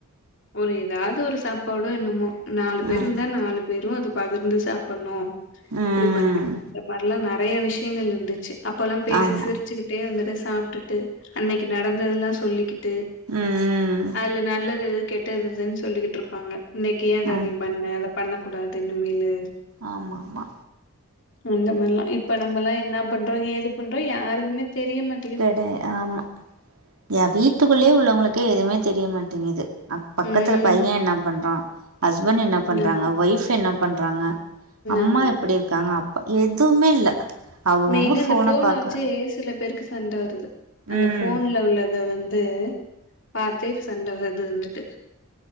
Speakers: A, on the left (about 55°); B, on the right (about 85°).
A: ஒரு எதாவ்து ஒரு சாப்பாடோ என்னமோ நாலு பேர்
B: ம்
A: இந்தா நாலு பேரு அது பகிர்ந்து சாப்பண்ணு
B: ம்
A: இப்பிடி பண்ணு இந்த மார்ல்லா நெறய விஷ்யங்கள் இருந்துச்சு அப்பல்லாம் பேசி
B: ஆமா
A: சிரிச் சுக்கிட்டே வந்துட்டு சாப்ட்டுட்டு அன்னைக்கு நடந்ததெல்லா சொல்லிக்கிட் டு
B: ம்
A: அதுல நல்லது எது கெட்டது எதுன் சொல்லிக்கிட்ருப் ப்பாங்க இன்னைக்கி ஏன்த
B: ஆ
A: நீ பண்ண அத பண்ண கூடாது இனிமேலு
B: ஆமா ஆமா
A: அந்த மார்ல்லா இப்ப நம்பல்லா என்ன பண்றோ ஏது பண்றோ யாருக்குமே தெரிய மாட்
B: கெட ஆமா ஏ வீட்டுக்குள்ளயே உள்ளவங்களுக்கே எதுவுமே தெரியமாட்டேங்குது அ பக்கத்துல
A: ம்
B: பைய என்ன பண்றா ஹஸ்பண் என்ன பண்றாங்க
A: ஆமா
B: ஒய்ஃப் என்ன பண்றாங்க அம்மா
A: ஆமா
B: எப்பிடி இருக்காங்க அப்பா எதுவுமே இல்ல அவங்கவுங்க
A: மெயினா இந்த ஃபோன
B: பாக்க
A: வெச்சு சில பேருக்கு சண்ட வருது அந்த
B: ம்
A: ஃபோன்ல உள்ளத வந்து பாத்தே சண்ட வர்துனுட்டு